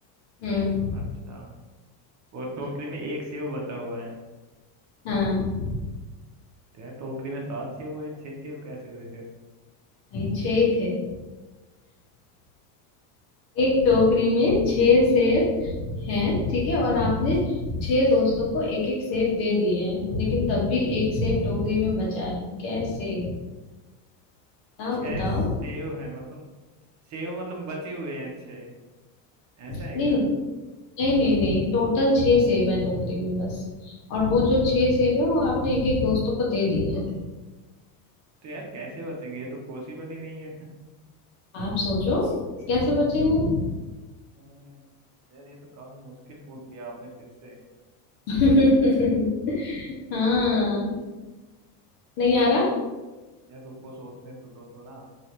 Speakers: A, on the left; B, on the right.
A: हम्म
B: अच्छा और टोकरी में एक सेव बचा हुआ है
A: हाँ
B: तो यार टोकरी में सात सेव हुए छह सेव कैसे हुए फिर?
A: नहीं छह ही थे एक टोकरी में छह सेब हैं ठीक है और आपने छह दोस्तों को एक एक सेब दे दिए हैं लेकिन तब भी एक सेब टोकरी में बचा है कैसे बताओ
B: छह
A: बताओ
B: सेव है मतलब सेव मतलब बचे हुए हैं छह ऐसा
A: नहीं
B: है क्या
A: नहीं नहीं नहीं टोटल छह सेब है टोकरी में बस और वो जो छह सेब है वो आपने एक एक दोस्तों को दे दिए हैं
B: तो यार कैसे बचेंगे ये तो पॉसिबल ही नहीं है
A: आप सोचो कैसे बचेंगे
B: हम्म, यार ये तो काफी मुश्किल पूछ लिया आपने फिर से
A: <laughs> हाँ नहीं आ रहा
B: यार रुको सोचने तो दो थोड़ा